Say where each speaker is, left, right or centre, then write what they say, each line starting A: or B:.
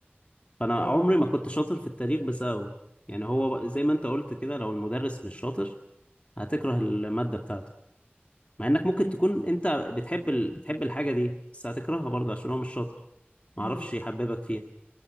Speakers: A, on the left; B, on the left.
A: فانا
B: اه
A: عمري ما كنت شاطر في التاريخ بسببه يعني هو بق- زي ما انت قلت كده لو المدرس مش شاطر هتكره المادة بتاعته مع انك ممكن
B: مم.
A: تكون انت بتحب ال... بتحب الحاجة دي بس هتكرهها برضه عشان هو مش شاطر معرفش
B: مم.
A: يحببك فيها